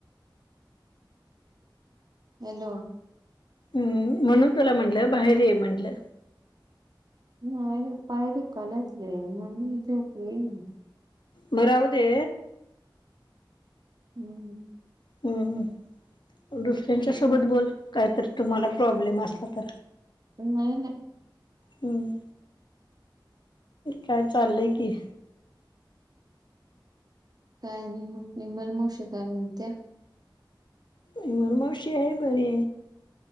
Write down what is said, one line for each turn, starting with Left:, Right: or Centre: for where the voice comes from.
Right: हेलो?
Left: हम्, म्हणून तुला म्हणलं बाहेर ये म्हणलं.
Right: नाय पाय दुखायलेत लई म्हणून झोपले मी.
Left: म रावदे.
Right: हम्म.
Left: हम्, हम. दुसऱ्यांच्या सोबत बोल. कायतरी तुम्हाला प्रॉब्लेम असला तर.
Right: नाय नाय.
Left: हम्म, काय चाललंय की?
Right: काय नाय. विमल मावशी काय म्हणत्या?
Left: विमल मावशी हाय बरी.